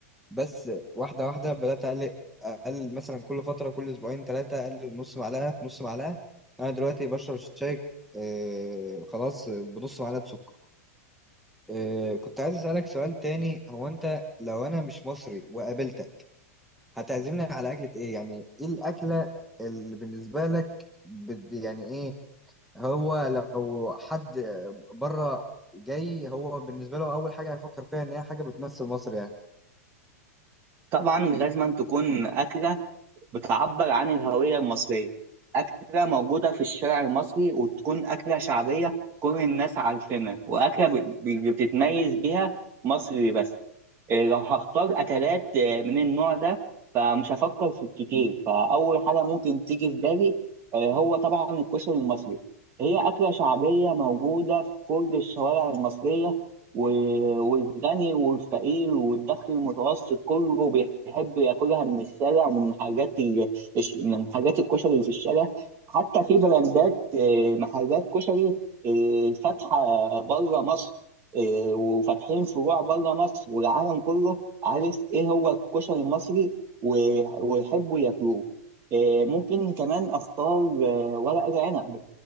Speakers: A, in the centre; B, on the right.
A: بس واحده واحده بدات اقلل اقلل مثلا كل فتره كل اسبوعين ثلاثه اقلل نص معلقه في نص معلقه انا دلوقتي بشرب الشاي آه خلاص بنص معلقه سكر آه كنت عايز اسالك سؤال تاني هو انت لو انا مش مصري وقابلتك هتعزمني على اكله ايه يعني ايه الاكله اللي بالنسبه لك بت- يعني ايه هو لو حد بره جاي هو بالنسبة له أول حاجة هيفكر فيها إن هي حاجة بتمثل مصر يعني
B: طبعا لازم تكون اكله بتعبر عن الهويه المصريه اكله موجوده في الشارع المصري وتكون اكله شعبيه كل الناس عارفينها واكله ب- ب- بتتميز بيها مصر بس إيه، لو هختار أكلات آه، من النوع ده فمش هفكر في كتير فأول حاجة ممكن تيجي في بالي آه، هو طبعا الكشري المصري هي أكلة شعبية موجودة في كل الشوارع المصرية و- والغني والفقير والدخل المتوسط كله بيحب ياكلها من الشارع ومن حاجات ال... الش- من حاجات الكشري اللي في الشارع حتى في براندات آه، محلات كشري آه، فاتحة بره مصر إيه، وفاتحين فروع بره مصر والعالم كله عارف ايه هو الكشري المصري و- ويحبوا ياكلوه إيه، ممكن كمان اختار آه، ورق العنب